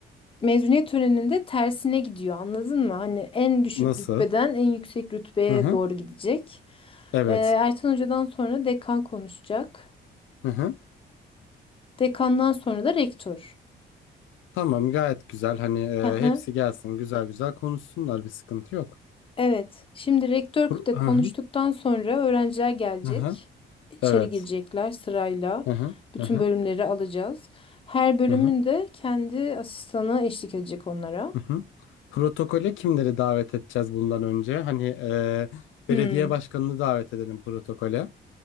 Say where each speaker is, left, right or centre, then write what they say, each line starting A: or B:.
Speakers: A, on the left (about 25°); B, on the left (about 75°).
A: mezuniyet töreninde tersine gidiyor anladın mı? Hani en düşük
B: Nasıl?
A: rütbeden en yüksek rütbeye
B: Hı hı.
A: doğru gidecek.
B: Evet.
A: Ee, Ertan Hoca'dan sonra dekan konuşacak.
B: Hı hı.
A: Dekandan sonra da rektör.
B: Tamam gayet güzel. Hani e,
A: Aha.
B: hepsi gelsin güzel güzel konuşsunlar bir sıkıntı yok.
A: Evet. Şimdi rektör
B: Pro-
A: de
B: Hı
A: konuştuktan
B: hı.
A: sonra öğrenciler gelecek.
B: Hı hı.
A: İçeri
B: Evet.
A: girecekler sırayla.
B: Hı hı.
A: Bütün
B: Hı hı.
A: bölümleri alacağız. Her bölümün
B: Hı hı.
A: de kendi asistanı eşlik edecek onlara.
B: Hı hı. Protokole kimleri davet edeceğiz bundan önce? Hani e, belediye
A: Hmm,
B: başkanını davet edelim protokole.